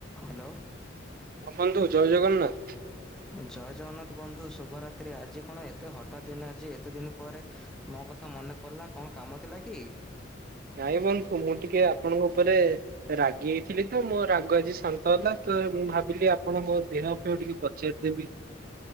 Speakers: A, in the centre; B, on the right.
A: Hello.
B: ହଁ ବନ୍ଧୁ ଜୟ ଜଗନ୍ନାଥ।
A: ଜୟ ଜଗନ୍ନାଥ ବନ୍ଧୁ ଶୁଭରାତ୍ରି। ଆଜି କଣ ଏତେ ହଠାତ୍ ଦିନ, ଆଜି ଏତେ ଦିନ ପରେ। ମୋ କଥା ମନେ ପଡିଲା। କଣ କାମ ଥିଲା କି?
B: ନାଇ ବନ୍ଧୁ, ମୁଁ ଟିକେ ଆପଣଙ୍କ ଉପରେ ରାଗି ହେଇଥିଲି ତ। ମୋ ରାଗ ଆଜି - ଶାନ୍ତ ହେଲା ତ। ମୁଁ ଭାବିଲି ଆପଣଙ୍କ ଦେହ ପାଇଁ ଟିକେ ପଚାରିଦେବି।